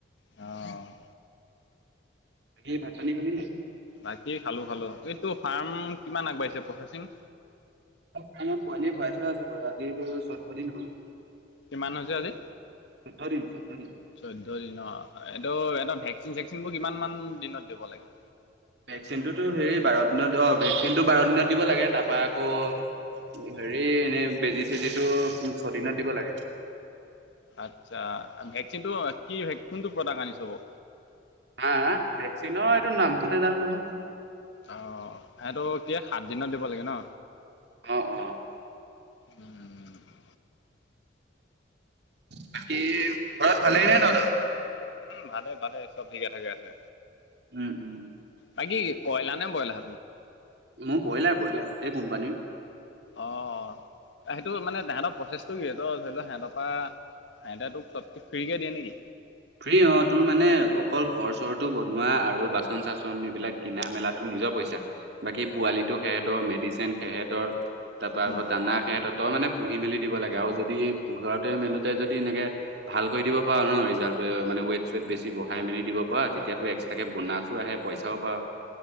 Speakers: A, on the left; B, on the right.
A: অ'।
B: বাকী ভাতা-পানী খালি নেকি?
A: বাকী খালোঁ, খালোঁ। এইটো ফাৰ্ম কিমান আগবাঢ়িছে প্ৰচেচিং?
B: পোৱালি ভৰাই থোৱা আছে বাৰু, আজি চৈধ্য দিন হ'ল।
A: কিমান হৈছে আজি?
B: চৈধ্য দিন চৈধ্য দিন।
A: চৈধ্য দিনৰ অ'। এইটো ভেকচিন চেকচিনবোৰ কিমান মান দিনত দিব লাগে?
B: ভেক চিনটোতো হেৰি বাৰ দিনত অ', ভেকচিনটো বাৰ দিনত দিব লাগে। তাৰ পৰা আকৌ হেৰি এনেই বেজি চেজিটো ছদিনত দিব লাগে।
A: আচ্ছা। ভেকচিনটো কি কোনটো প্ৰডাক্ট আনিছ বাওঁ?
B: হা' হা' ভেকচনৰ এইটো নামটো নোজানো নহয়।
A: অ'। সেইটো কি সাত দিনত দিব লাগে ন'!
B: অ', অ'।
A: উম
B: বাকি ঘৰত ভালে নে নাই তহতৰ?
A: উম', ভালে, ভালে চব ঠিকে থাকে আছে।
B: উম।
A: বাকি কি কয়লা নে ব্ৰইলা?
B: মোৰ ব্ৰইলাৰ, ব্ৰইলাৰ এই কোম্পানীৰ।
A: অ', অ'। সেইটো মানে তাহেতৰ প্ৰচেছটো কি এইটো ধৰি লোৱা সেহতৰ পৰা ফাইডা তোক চব ফ্ৰীকে দিয়ে নেকি?
B: ফ্ৰী হ' তোৰ মানে অকল ঘৰ চৰটো বনোৱা আৰু বাচন-চাচন এইবিলাক কিনা মেলাতো নিজৰ পইচা। বাকী পোৱালিটো সেহঁতৰ, মেডিচিন সেহঁতৰ, তাৰপা
A: উম।
B: আকৌ দানা সেহঁতৰ। তই মানে পুহি মেলি দিব লাগে আৰু যদি, পঢ়ুতে মেলোতে যদি এনেকে ভাল কৰি দিব পাৰ ন' ৰিজাল্ট। মানে ৱেট চেট বেছি বহাই মেলি দিব পাৰ, তেতিযাটো এক্সট্ৰাকে বনৌচ আহে পইচাও পাওঁ।